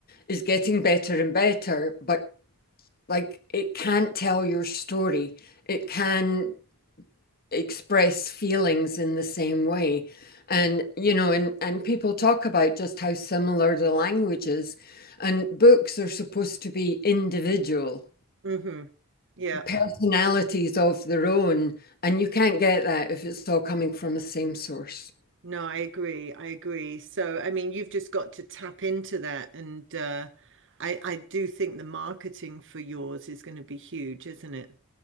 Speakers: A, on the left; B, on the right.
A: is getting better and better, but Like it can't tell your story. It can express feelings in the same way. And you know, and, and people talk about just how similar the language is. And books are supposed to be individual,
B: hmm Yeah.
A: personalities of their own. And you can't get that if it's all coming from the same source.
B: No, I agree. I agree. So, I mean, you've just got to tap into that. And uh, I, I do think the marketing for yours is going to be huge, isn't it?